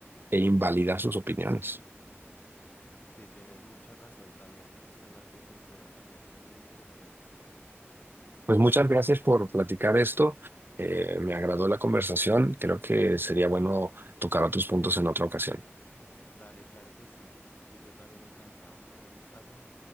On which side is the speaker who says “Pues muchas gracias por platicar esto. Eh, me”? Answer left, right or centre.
Right